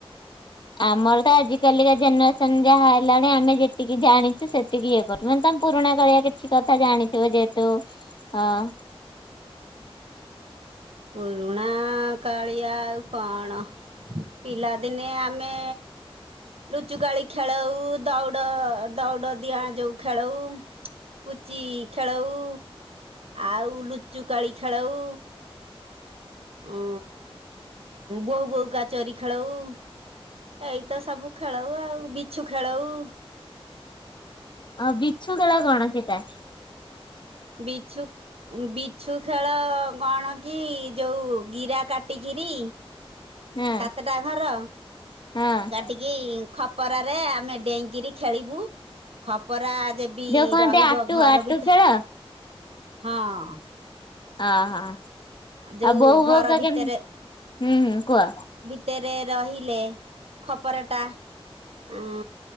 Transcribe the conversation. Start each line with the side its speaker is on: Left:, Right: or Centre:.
Left: ଆମର ତ ଆଜିକାଲିକା ଜେନେରେସନ ଯାହା ହେଲାଣି ଆମେ ଯେ ତିିକି ଜାଣିଛୁ ସେତିକି ଇଏ କରୁ ମାନେ ତମେ ପୁରୁଣା କାଳିଆ କିଛି କଥା ଜାଣି ଥିବ ଯେହେତୁ ଅଁ।
Right: ପୁରୁଣା କାଳିଆ ଆଉ କଣ। ପିଲାଦିନେ ଆମେ। ଲୁଚୁକାଳି ଖେଳଉ ଦୌଡ ଦୌଡଡିଆଁ ଯୋଉ ଖେଳଉ। ପୁଚି ଖେଳଉ ଆଉ ଲୁଚୁକାଳି ଖେଳଉ। ଉଁ ବୋହୂବୋହୂକା ଚୋରି ଖେଳଉ। ଏଇତ ସବୁ ଖେଳଉ ଆଉ ବିଛୁ ଖେଳଉ।
Left: ଅଁ ବିଛୁ ଖେଳ କଣ ସେଇଟା?
Right: ବିଛୁ। ଅଁ ବିଛୁଖେଳ କଣ କି ଯୋଉ ଗିରା କାଟିକିରି।
Left: ହଁ
Right: ସାତଟା ଘର
Left: ହଁ
Right: କାଟିକି। ଖପରାରେ ଆମେ ଡେଇଙ୍କିରି ଖେଳିବୁ ଖପରା ଯେ ବି
Left: ଯୋଉ କହନ୍ତି
Right: ରହିବ
Left: ଆଟୁ
Right: ଘର
Left: ଆଟୁ
Right: ବିତେ।
Left: ଖେଳ
Right: ହଁ।
Left: ଅହ ଆଉ
Right: ଯୋଉ
Left: ବୋହୁ ବୋହୁକା
Right: ଘର ଭିତରେ
Left: କେନ ହୁଁ ହୁଁ କୁହ।
Right: ତେରେ ରହିଲେ ଖପରାଟା। ଉ